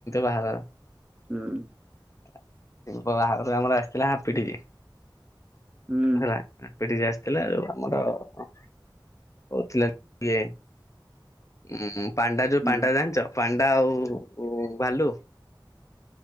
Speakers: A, on the left; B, on the right.
A: <unintelligible>
B: ହୁଁ
A: ବାହାରରୁ ଆମର ଆସିଥିଲା ହାପିଟି ଯେ
B: ହୁଁ।
A: ହେଲା <unintelligible> ଥିଲା ଆଉ ଆମର <inaudible> ହଉଥିଲାଏ ଉ ପାଣ୍ଡା ଯୋ
B: ହୁଁ
A: ପାଣ୍ଡା ଜାଣିଛ ପାଣ୍ଡା ଆଉ ଭାଲୁ <inaudible>